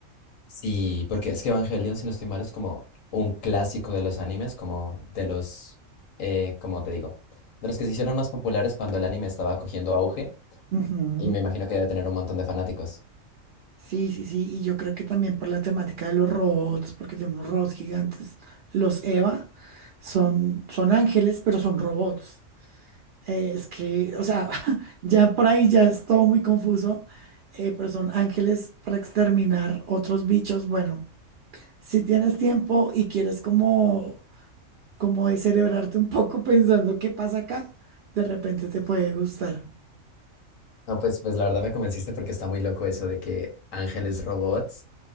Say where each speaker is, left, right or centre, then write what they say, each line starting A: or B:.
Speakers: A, on the left; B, on the right.
A: Sí, porque es que Evangelion, si no estoy mal, es como un clásico de los animes, como de los, eh, como te digo, de los que se hicieron más populares cuando el anime estaba cogiendo auge
B: Ujú.
A: y me imagino que debe tener un montón de fanáticos.
B: Sí, sí, sí, y yo creo que también por la temática de los robots, porque tenemos robots gigantes, los Eva son, son ángeles, pero son robots. Eh, Es que, o sea, <laughs> ya por ahí ya es todo muy confuso, eh, pero son ángeles para exterminar otros bichos. Bueno, si tienes tiempo y quieres como, como descerebrarte un poco <laughs> pensando qué pasa acá, de repente te puede gustar.
A: No, pues, pues la verdad me convenciste porque está muy loco eso de que ángeles robots.